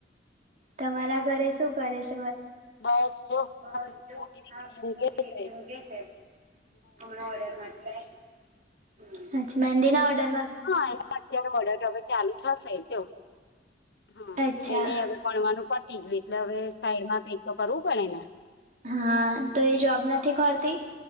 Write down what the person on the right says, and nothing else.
તમારા ઘરે શું કરે છે.
બસ જો
આ
મોટી દીદી
ઊંઘે છે હમણાં ઓર્ડર માંથી આઈ અચ્છા મેંદીના ઓર્ડર
અચ્છા
હા તો એ જોબ નથી કરતી